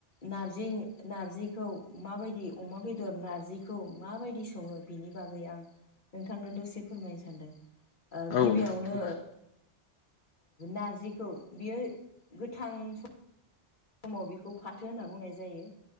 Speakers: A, on the left; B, on the left.
A: नारजि नार्जिखौ माबायदि अमा बेदर नार्जिखौ माबायदि सङो बिनि बागै आं नोंथांनो दसे फोरमायनो सानदों
B: औ
A: गिबियावनो
B: नोंथां फोरमाय
A: नारजिखौ बियो गोथां सम समाव बेखौ फाथ फाथो होनना बुंनाय जायो